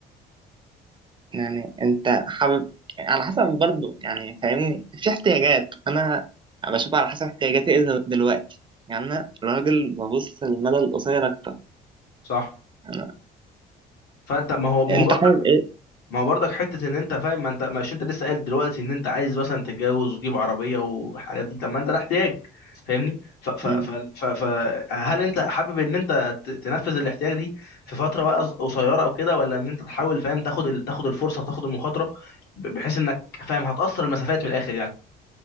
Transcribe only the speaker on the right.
يعني انت حابب على حسب برضو يعني فاهمني في احتياجات انا بشوف على حسب احتياجاتي ايه دل- دلوقتي يعني انا راجل ببص للمدى القصير اكتر
انا
انت
حابب ايه
مم.